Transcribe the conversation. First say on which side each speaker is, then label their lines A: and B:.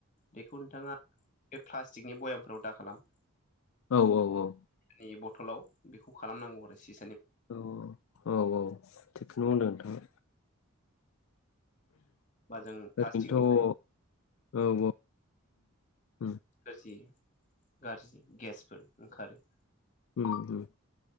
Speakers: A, on the left; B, on the left.
A: बेखौ नोंथाङा बे फ्लास थिकनि बयामफोराव दा खालाम।
B: ओउ ओउ ओउ।
A: नि बथलाव बेखौ खालामनांगौ आरो सि
B: ओउ ओउ ओउ ओउ थिखोनो बुंदो नोंथाङा।
A: बा जों प्लास्टिकनिफ्राय
B: ओरैनोथ' ओउ ओउ ओम।
A: गारजि गारजि गेसफोर ओंखारो।
B: ओम होम